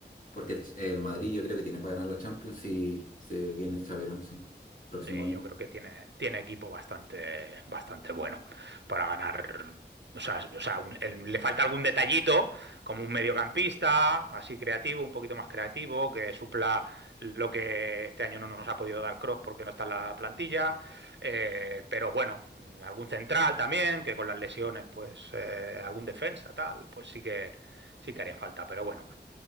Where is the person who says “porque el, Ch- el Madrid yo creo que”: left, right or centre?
Left